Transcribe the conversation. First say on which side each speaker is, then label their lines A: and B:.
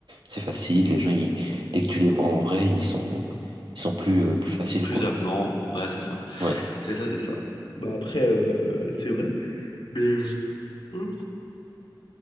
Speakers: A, on the right; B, on the left.
A: c'est facile. Les gens, ils- dès que tu les vois en vrai, ils sont, ils sont plus, euh, plus faciles,
B: Plus
A: quoi.
B: avenant. Ouais, c'est ça.
A: Ouais.
B: C'est ça, c'est ça. Bah après, euh, c'est vrai. Mais euh, hop,